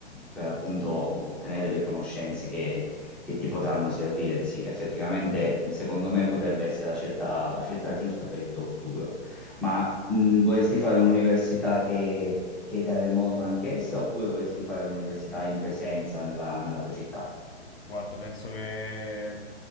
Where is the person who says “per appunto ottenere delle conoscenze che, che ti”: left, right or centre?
Centre